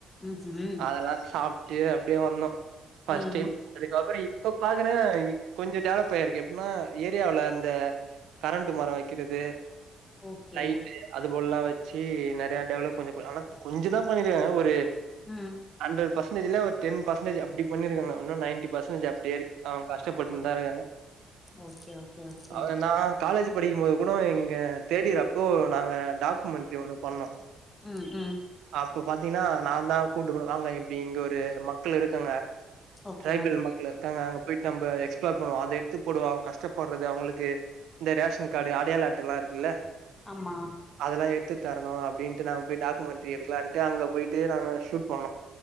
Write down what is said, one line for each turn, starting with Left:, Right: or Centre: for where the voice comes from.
Left: ம்ஹும்
Right: அதெல்லா சாப்ட்டு அப்டியே வந்தோ ஃபஸ்
Left: ம்
Right: டைம் அதுக்கப்றம் இப்ப பாக்குறேன் கொஞ்சோ டெவலப் ஆயிருக்கு எப்டின்னா ஏரியாவுல அந்த கரண்ட் மரோ வக்கிறது
Left: ஓகே
Right: லைட்டு அதுபோல வச்சு நெறய டெவலப் கொஞ்ச பண் ஆனா கொஞ்சதா பண்ணிருக்காங்க ஆனா ஒரு
Left: ம்
Right: அண்ட்ரட் பஸ்ன்டேஜ்ல ஒரு டென் பஸ்ன்டேஜ் அப்டி பண்ணிருக்காங்கஉன்னும் நைன்டி பஸ்ன்டேஜ் அப் பேருக்கு அவ கஷ்டப்பட்டு
Left: ஓ
Right: தா ருக்காங்க
Left: ஓகே ஓகே ஓகே
Right: அவந்தா காலேஜ் படிக்கும்போது கூட இங்க தேடியர் அப்போ நாங்க டாக்குமெண்ட்ரி ஒண்ணு பண்ணோ
Left: ம் ம்
Right: அப்ப பாத்தீங்கன்னா நாந்தா கூட்டு போனும் வாங்க இப்டி இங்க ஒரு மக்கள் இருக்கங்க
Left: ஓகே
Right: தை பில் ம <unintelligible> இருக்காங்க அங்க போயிட்டு நம்ம எக்ஸ்ப்ளோர் பண்ணுவோ அத எடுத்து போடு வாங்க கஷ்டப்படுறது அவங்களுக்கு இந்த ரேஷன் கார்டு அடையாள அட்டலா இருக்குல்ல
Left: ஆமா
Right: அதெல்லா எடுத்து தரணு அப்டின்னுட்டு நாங்க போய் டாக்குமெண்ட்ரி எடுக்கலான்ட்டு அங்க போயிட்டு நாங்க ஷூட் பண்ணோ